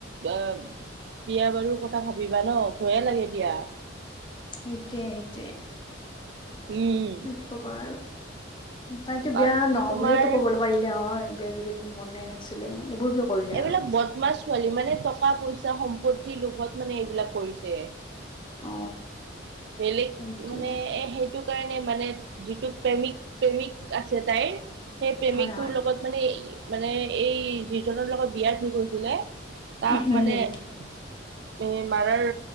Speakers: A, on the right (about 60°); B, on the left (about 25°).
A: বা বিয়া বাৰু কথা ভাবিবা ন ভয়ে লাগে দিয়া।
B: সেইটোৱে সেইটোৱে।
A: উম
B: ত কবা আৰু তাইতো
A: বাকী
B: বিয়া নহও
A: তোমাৰ
B: বুলিটো কবলৈ পাৰিলে হয় বিয়া দি মনে নাছিলে এইবোৰ কে কৰিলে
A: এইবিলাক
B: আৰু
A: বদমাছ ছোৱালী মানে টকা পইচা সম্পত্তি লোভত মানে এইবিলাক কৰিছে।
B: অ
A: বেলেগ
B: সেইটোৱে
A: মানে এ সেইটো। কাৰণে মানে যিটো প্ৰেমিক প্ৰেমিক আছে তাইৰ সেই প্ৰেমিকটোৰ
B: হয় হয়।
A: লগত মানে মানে এই যিজনৰ লগত বিয়াৰ ঠিক হৈছিলে তাক
B: উম।
A: মানে এ মাৰাৰ